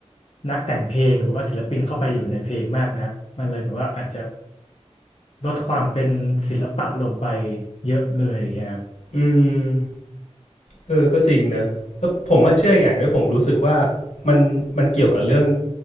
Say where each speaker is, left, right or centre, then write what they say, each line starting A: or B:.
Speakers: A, on the left; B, on the left.
A: นักแต่งเพลงหรือว่าศิลปินเข้าไปอยู่ในเพลงมากนักมันเลยแบบว่าอาจจะลดความเป็นศิลปะลงไปเยอะเลยอย่างเงี้ยครับ
B: อืมเออก็จริงเนอะแล้วผมมาเชื่ออย่างหนึงผมรู้สึกว่ามันมันเกี่ยวกับเรื่อง